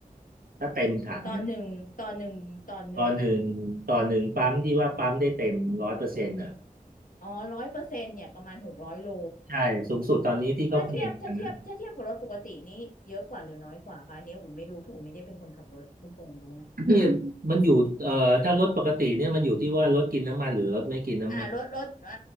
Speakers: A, on the right; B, on the left.
A: ถ้าเต็มถัง
B: ตอนหนึ่งตอนหนึ่งตอนหนึ่ง
A: ต่อหนึ่งต่อหนึ่งปั๊มที่ว่าปั๊มได้เต็มร้อยเปอร์เซ็นต์อ่ะ
B: อ๋อร้อยเปอร์เซ็นต์เนี่ยประมาณหกร้อยโล
A: ใช่สูงสุดตอนนี้ที่เขาเคลมกันนะ
B: ถ้าเทียบถ้าเทียบถ้าเทียบกับรถปกตินี่เยอะกว่าหรือน้อยกว่าคะอันนี้อุ่นไม่รู้เพราะอุ่นไม่ได้เป็นคนขับรถคุณพงษ์รู้ไหม
A: นี่มันอยู่เอ่อถ้ารถปกติเนี่ยมันอยู่ที่ว่ารถกินน้ำมันหรือรถไม่กินน้ำมัน
B: อ่ารถรถอ่า